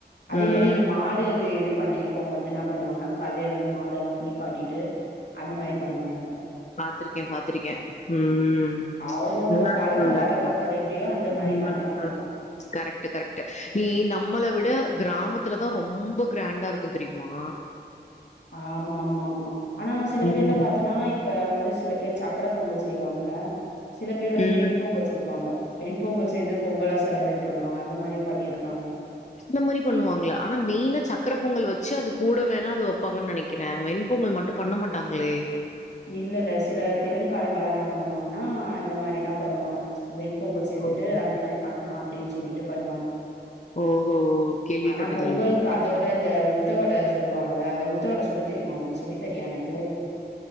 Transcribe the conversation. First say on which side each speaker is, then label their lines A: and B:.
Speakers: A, on the left; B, on the left.
A: அதே
B: ம்
A: மாரி இந்த மாடு இது பண்ணிருக்கோவங்க வந்து என்ன பண்ணுவாங்கன்னா காலையில இருந்து மாடெல்லா குளிப்பாட்டிட்டு அந்த மாரி பண்ணுவாங்க
B: பாத்திருக்கே பாத்திருக்கே ம்
A: அவங்கவுங்க
B: நல்லா
A: பழக்க
B: இருக்கும்ல
A: வழக்கங்கள் எப்படியோ அந்த மாரி
B: ம்.
A: பண்றாங்க எல்லா
B: கரெக்ட் கரெக்ட் நீ நம்மள விட கிராமத்துலதா ரொம்ப கிராண்டா இருக் உன்கு தெரிமா
A: ஆமா ஆமா ஆமா ஆனா சில
B: ம்.
A: பேர்லா பாத்தன்னா இப்ப வந்து சில பேர் சக்ர பொங்கல் செய்வாங்க சில பேர் வந்து
B: ம்.
A: வெண்பொங்கல் செய்வாங்க வெண் பொங்கல் சேந்து பொங்கலா செலிப்ரேட் பண்ணுவாங்க அந்த மாரியு பண்ணியிருக்காங்க
B: இந்த மாரி பண்ணுவாங்களா ஆனா மெயினா சக்கர பொங்கல் வச்சு அது கூட வேணா அது வப்பாங்கன்னு நெனக்கிறே வெண்பொங்கல் மட்டு பண்ண மாட்டாங்களே
A: இல்லல்ல சில தெலுங்காரங்களா என்ன பண்ணுவாங்கன்னா இந்த மாரிதா பண்ணுவாங்க வெண்பொங்கல் சேந்துட்டு
B: ஓஹோ!
A: அந்த மாரி பண்ணா அப்டின்னு சொல்லிட்டு பண்ணுவாங்க
B: ஓஹோ! கேள்விப்பட்டதில்ல.
A: ஆனா பொங்கலுக்கு அதோட அந்த உப் உள்த்த வட சுடுவாங்கல்ல அந்த உளுத்த வட சுட தெரியுமா ஒனக்கு சொல்லி தரியா எனக்கு